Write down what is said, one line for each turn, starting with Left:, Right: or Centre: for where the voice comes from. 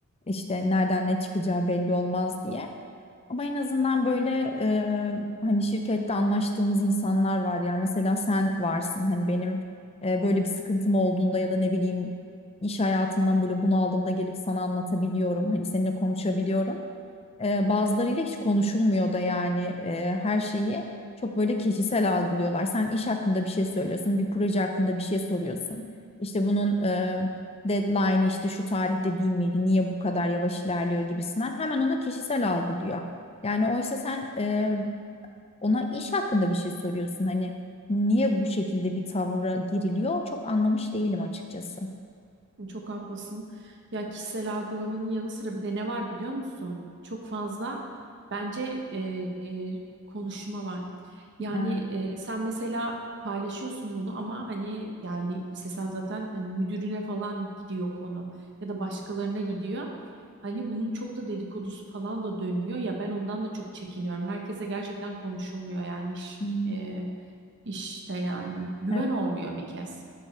Left: İşte nereden ne çıkacağı belli olmaz diye. Ama en azından böyle e, hani şirkette anlaştığımız insanlar var ya mesela sen varsın hani benim e, böyle bir sıkıntım olduğunda ya da ne bileyim iş hayatından böyle bunaldığımda gelip sana anlatabiliyorum hani seninle konuşabiliyorum. E, bazılarıyla hiç konuşulmuyor da yani e, her şeyi çok böyle kişisel algılıyorlar. Sen iş hakkında bir şey söylüyorsun, bir proje hakkında bir şey soruyorsun. İşte bunun e, deadline'ı işte şu tarihte değil miydi, niye bu kadar yavaş ilerliyor gibisinden hemen ona kişisel algılıyor. Yani oysa sen e, ona iş hakkında bir şey soruyorsun. Hani niye bu şekilde bir tavra giriliyor çok anlamış değilim açıkçası.
Right: Çok haklısın. Ya kişisel algılamanın yanı sıra bir de ne var biliyor musun? Çok fazla bence e, e, konuşma var. Yani
Left: Ha,
Right: e, sen mesela paylaşıyorsun bunu ama hani yani istesen zaten hani müdürüne falan gidiyor konu ya da başkalarına gidiyor. Hani bunun çok da dedikodusu falan da dönüyor. Ya ben ondan da çok çekiniyorum. Herkese gerçekten konuşulmuyor yani iş
Left: hmm.
Right: e, işte yani güven
Left: Evet.
Right: olmuyor bir kez.